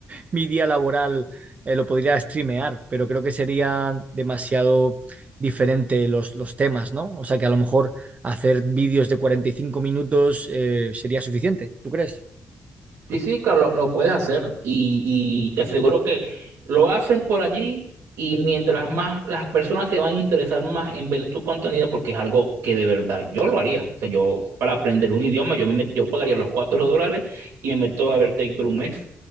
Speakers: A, on the right (about 30°); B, on the right (about 85°).
A: mi día laboral eh, lo podría streamear, pero creo que sería demasiado diferente los, los temas, ¿no? O sea que a lo mejor hacer vídeos de 45 minutos eh, sería suficiente, ¿tú crees?
B: Sí, sí, claro, lo, lo puedes hacer y, y te aseguro que lo haces por allí y mientras más las personas se van a interesar más en ver tu contenido porque es algo que de verdad yo lo haría. O sea, yo para aprender un idioma yo, me met- yo pagaría los cuatro dólares y me meto a ver Take por un mes.